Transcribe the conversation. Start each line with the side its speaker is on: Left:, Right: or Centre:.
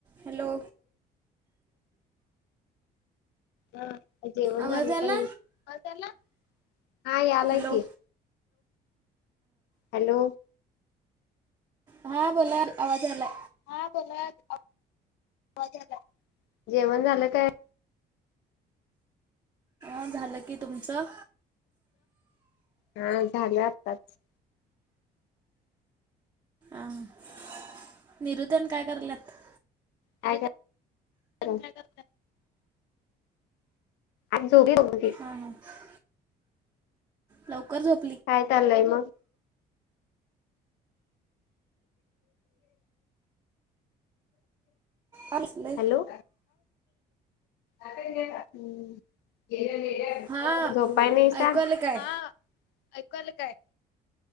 Right: Hello
Left: hello हा जेवण
Right: आवाज
Left: झाले
Right: आला?
Left: का नाई आवाज आला हा याला
Right: हॅलो
Left: की, हॅलो
Right: हा बोला आवाज यालाय.
Left: हा बोला, आवाज यालय, जेवण झालं काय?
Right: अ झालं की तुमचं
Left: हा झाल आताच
Right: आ हा निरुदन काय करल्यात?
Left: काय <inaudible> क <inaudible> कचरा कर आणि <unintelligible>
Right: हा ह लवकर झोप
Left: काय चाललंय म
Right: असलय
Left: हॅलो <unintelligible> हूं <unintelligible>
Right: हा
Left: झोपाय नाई सांग
Right: ऐकू आलं काय?
Left: हा ऐकू आलं काय?